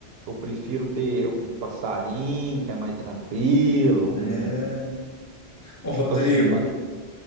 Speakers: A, on the right (about 65°); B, on the left (about 15°).
A: eu prefiro ter um passarinho que é mais tranquilo, um,
B: né? Ô,
A: tipo
B: Rodrigo.
A: assim, mais.